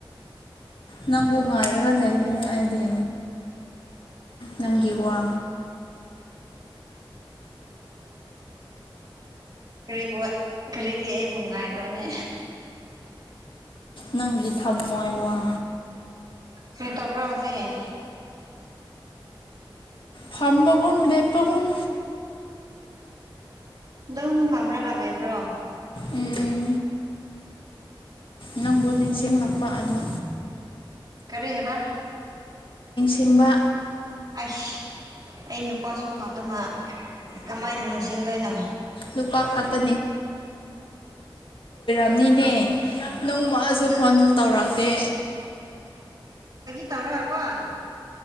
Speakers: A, on the left; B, on the right.
A: ꯅꯪꯕꯨ ꯉꯥꯏꯔꯒ ꯂꯩꯕꯅꯤ ꯑꯩꯗꯤ ꯅꯪꯒꯤ ꯋꯥ
B: ꯀꯔꯤꯕ ꯀꯔꯤꯒꯤ ꯑꯩꯕꯨ ꯉꯥꯏꯕ꯭ꯔꯅꯦ
A: ꯅꯪꯒꯤ ꯊꯝꯃꯣꯏ ꯋꯥ
B: ꯁ ꯇꯄꯔ ꯍꯧꯁꯦ
A: ꯐꯃꯒꯨꯝ ꯂꯦꯞꯄꯒꯨꯝ
B: ꯗꯝ ꯐꯥꯝ꯭ꯔꯥꯒꯥꯟ ꯂꯩꯕ꯭ꯔꯣ
A: ꯎꯝ ꯅꯪꯕꯨ ꯅꯤꯡꯁꯤꯡꯂꯛꯄ ꯑꯗꯣ
B: ꯀꯔꯤ ꯍꯦꯕ
A: ꯊꯤꯡꯕ
B: ꯑꯁ ꯑꯩ ꯅꯨꯄꯥꯁꯨ ꯥꯛꯇꯅ ꯀꯃꯥꯏꯅ ꯅꯤꯡꯁꯤꯡꯗꯣꯏꯅꯣ
A: ꯅꯨꯄꯥ ꯈꯛꯇ ꯅꯦ ꯅꯣꯡꯃꯁꯨ ꯐꯣꯟꯁꯨ ꯇꯧꯔꯛꯇꯦ
B: ꯇꯧꯔꯀꯣ